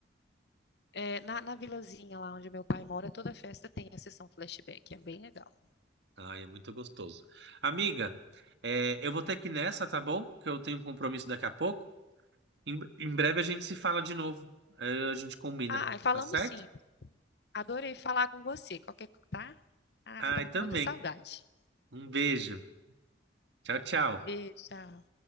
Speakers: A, on the left; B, on the right.
A: é, na, na vilazinha lá onde meu pai mora, toda festa tem a sessão flashback, é bem legal.
B: Ai, é muito gostoso. Amiga, é, eu vou ter que ir nessa, tá bom? Que eu tenho um compromisso daqui a pouco. Em, em breve a gente se fala de novo. Aí a gente combina,
A: Ah, e falamos
B: tá certo?
A: sim. Adorei falar com você. Qualquer, co- tá? Ah,
B: Ai,
A: eu tava
B: também.
A: com muita saudade.
B: Um beijo. Tchau, tchau.
A: Beijo, tchau.